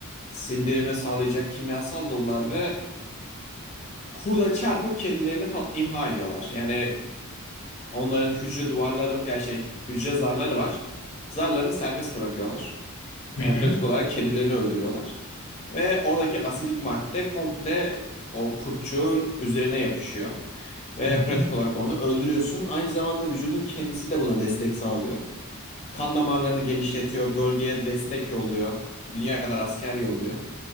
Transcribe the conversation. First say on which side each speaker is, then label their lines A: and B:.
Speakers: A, on the left (about 30°); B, on the left (about 85°).
A: sindirime sağlayacak kimyasal dolular ve kurda çarpıp kendilerini pat imha ediyorlar. Yani onların hücre duvarları ya şey hücre zarları var. Zarlarını serbest bırakıyorlar.
B: hı
A: Yani
B: hı,
A: pratik olarak kendilerini öldürüyorlar. Ve oradaki asidik madde komple o kurtçuğun üzerine yapışıyor. Ve
B: hı
A: pratik
B: hı,
A: olarak onu öldürüyorsun. Aynı zamanda vücudun kendisi de buna destek sağlıyor. Kan damarlarını genişletiyor, bölgeye destek yolluyor. Dünya kadar asker yolluyor.